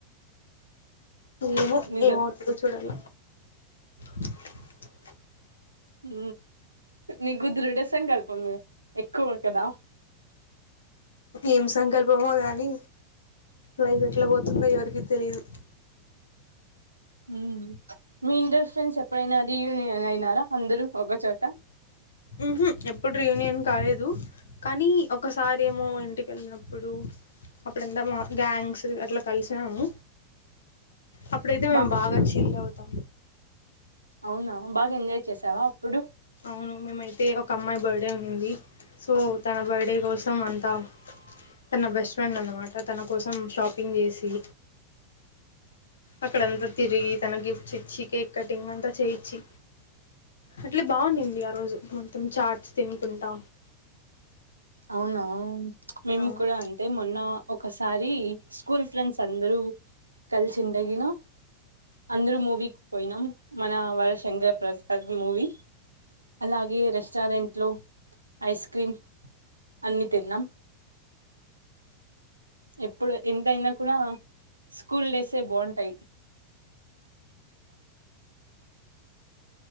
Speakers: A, on the left; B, on the right.
A: ఏమొ
B: నిజం
A: ఏమవుతాదో చూడాల <unintelligible>
B: ఊ నీకు దృఢ సంకల్పం ఎక్కువ ఉంటదా.
A: ఎం సంకల్పమొ గానీ లైఫ్ ఎట్లా పోతుందో ఎవరికి తెలీదు
B: ఊ చ్ మీ ఇంటరు ఫ్రెండ్స్ ఎప్పుడైనా రీయూనియన్ అయినారా అందరు ఒకచోట.
A: ఉహు ఎప్పుడు రి ఎం కాలేదు కానీ ఒకసారి ఏమో ఇంటికి వెళ్ళినప్పుడు అప్పుడంత గ్యాంగ్స్ అట్లా కలిసినాము. అప్పుడైతే
B: బా
A: మేము బాగా చిల్ అవుతాం.
B: అవునా బాగా ఎంజాయ్ చేసావా అప్పుడు.
A: అవును మేమైతే ఒక అమ్మాయి బర్త్డే ఉన్నింది. సో తన బర్త్డే కోసం అంతా తన బెస్ట్ ఫ్రెండ్ అనమాట తన కోసం షాపింగ్ చేసి అక్కడ ఎంత తిరిగి తన గిఫ్ట్స్చ్చికే కటింగ్ అంతా చేయించి అట్లే బాగుండింది ఆ రోజు మొత్తం చార్ట్స్ తినుకుంటా
B: అవునా మేము
A: అవును
B: కూడా అంటే మొన్న ఒకసారి స్కూల్ ఫ్రెండ్స్ అందరూ కలిసిందగిన అందరూ మూవీకి పోయినాం మన వర శంకరప్రసాద్ మూవీ అలాగే రెస్టారెంట్లో ఐస్ క్రీమ్ అన్ని తిన్నాం ఎప్పుడు ఎంతైనా కూడా స్కూల్ డేసే బాగుంటాయి